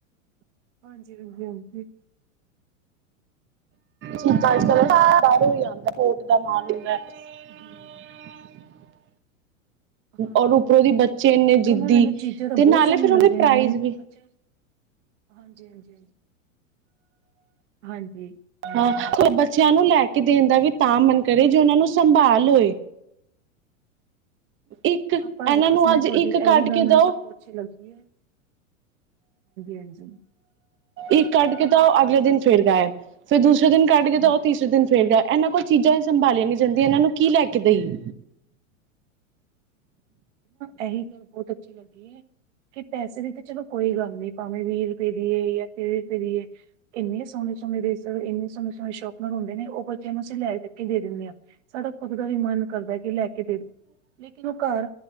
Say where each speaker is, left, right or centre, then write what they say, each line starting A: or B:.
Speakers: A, on the right; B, on the right.
A: ਹਾਂਜੀ, <unintelligible>
B: <inaudible>
A: ਅੱਛਾ ਪਤਾ ਕੀ ਹੈ, ਹਮ <inaudible> <unintelligible>
B: ਔਰ ਉੱਪਰੋਂ ਦੀ ਬੱਚੇ ਇੰਨੇ
A: ਇੱਥੋਂ
B: ਜਿੱਦੀ
A: ਨਾ, ਮੈਨੂੰ ਚੀਜਾਂ ਤਾਂ
B: ਤੇ
A: ਬੋਤ
B: ਨਾਲੇ
A: ਸੋਣੀਆਂ
B: ਫਿਰ
A: ਲੱਗਦੀਆਂ
B: ਉਹਦੇ ਪ੍ਰਾਈਜ਼
A: ਨੇ ਮੈਨੂੰ
B: ਵੀ
A: ਹਾਂਜੀ, ਹਾਂਜੀ ਹਾਂਜੀ, ਹਾਂਜੀ,
B: ਹਾਂ
A: ਨੀ
B: ਬੱਚਿਆਂ ਨੂੰ ਲੈ ਕੇ ਦੇਣ ਦਾ ਵੀ ਤਾਂ ਮਨ ਕਰੇ ਜੇ ਉਹਨਾਂ ਨੂੰ ਸੰਭਾਲ
A: <inaudible>
B: ਹੋਏ
A: <inaudible>
B: ਇੱਕ ਇਹਨਾਂ
A: ਬਸ ਬਸ
B: ਨੂੰ
A: ਮੈਂ
B: ਅੱਜ
A: ਤੁਹਾਡੀ
B: ਇੱਕ
A: ਐਹੀ
B: ਕੱਢ
A: ਗੱਲ
B: ਕੇ
A: ਮੈਨੂੰ
B: ਦਓ
A: ਸਭ ਤੋਂ ਅੱਛੀ ਲੱਗ ਹਾਂਜੀ, ਹਾਂਜੀ
B: ਇੱਕ ਕੱਡ ਕੇ ਦੋ ਅਗਲੇ ਦਿਨ ਫਿਰ ਗਾਇਬ, ਫਿਰ ਦੂਸਰੇ ਦਿਨ ਕਡ ਕੇ
A: ਹਾਂ
B: ਦੋ ਤੀਸਰੇ ਦਿਨ ਫਿਰ ਗਾਇਬ ਏਨਾਂ ਕੋਲ ਚੀਜਾ ਸੰਭਾਲੀਆਂ ਨੀ ਜਾਂਦੀਆਂ, ਏਨਾਂ ਨੂੰ ਕੀ ਲੈ ਕੇ ਦਈਏ
A: ਇਹੀ ਗੱਲ ਬੋਹੁਤ ਅੱਛੀ ਲਗਿ ਹੈ ਕਿ ਪੈਸੇ ਦੀ ਤਾਂ ਚਲੋ ਕੋਈ ਗੱਲ ਨੀ, ਭਾਵੇਂ ਵੀਰ ਰਪੇ ਦੀ ਯਾ ਤੀਰ ਰਪੇ ਦੀਏ ਕਿੰਨੀ ਸੋਣੀ ਈਰੇਜ਼ਰ ਏਨੇ ਸੋਨੇ ਸੋਨੇ ਸ਼ਰਪਨਰ ਹੁੰਦੇ ਹੈ ਓਹ ਬੱਚੇ ਨੂੰ ਅਸੀ ਲੈ ਲ ਕੇ ਦੇ ਦਿੰਨੇ ਆਂ, ਸਾਡਾ ਖੁਦ ਦਾ ਵੀ ਮਨ ਕਰਦਾ ਕਿ ਲੈ ਕੇ ਦੇ ਦੋ ਲੇਕਿਨ ਓ ਘਰ